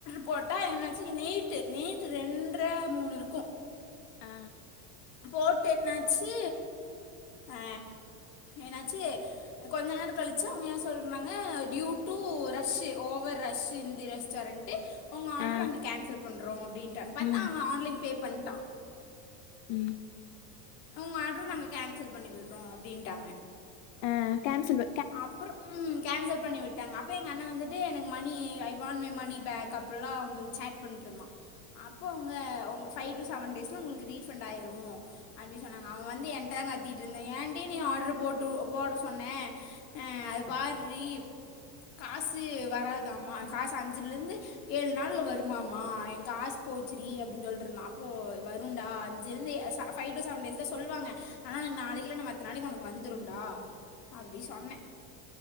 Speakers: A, on the left; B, on the left.
A: போட்டா என்னாச்சி நெயிட்டு நெயிட்டு ரெண்ற மூணு இருக்கும்
B: ஆ
A: போட்டு என்னாச்சி ஆ என்னாச்சி கொஞ்ச நேரம் கழிச்சி அவங்க என்ன சொல்றாங்க யூடு rush over rush Hindi rush ச்சருன்ட்டு உங்க ஆடர
B: ஆ
A: நாங்க கேன்சல் பண்ணுறோ அப்டின்டாங்க பாத்தா
B: ம்
A: அவுங்க ஆன்லைன் பே பண்ட்டா
B: ம்
A: உங்க ஆட்ர நாங்க கேன்சல் பண்ணி விட்றோ அப்டின்டாங்க
B: ஆ கான்சலு
A: அப்புறோ உம் கேன்சல் பண்ணி விட்டாங்க அப்போ எங்க அண்ண வந்துட்டு எனக்கு money I want my money back அப்படிலா அவுங்களுக் சாட் பண்ட்டுருந்தா அப்போ அவுங்க உங்க ஃபைவ் டு செவன் டேஸ்ல உங்களுக்கு ரீஃபண்ட் ஆயிரு அப்டி சொன்னாங்க அவ வந்து என்ட்ட தா கத்திட்டு இருந்த ஏன்டி நீ ஆர்ட்ரு போட்டு போட சொன்ன ஆ அது பார்ரி காசு வராதாம்மா காசு அஞ்சுலிருந்து ஏழு நாள்ல வருமாமா எங் காசு போச்சுரி அப்டின் சொல் ருந்தா அப்போ வரும்ண்டா அஞ்சிலிருந்து ச பைவ் டு செவன் டேஸ் தா சொல்லுவாங்க ஆனா நாளைக்குளா நம்ம நாளைக்கு உனக்கு வந்துருன்டா அப்டி சொன்ன